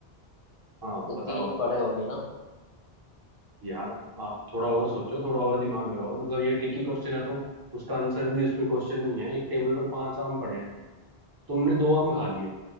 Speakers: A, on the right; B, on the left.
A: हाँ
B: मतलब
A: बताओ
B: तीन
A: अब
B: पड़े होंगे ना
A: यार आप थोड़ा और सोचो थोड़ा और दिमाग लगाओ मतलब ये ट्रिकी क्वेश्चन है तो उसका आंसर भी उसमें क्वेश्चन में ही है एक टेबल पर पांच आम पड़े हैं तुमने दो आम खा लिए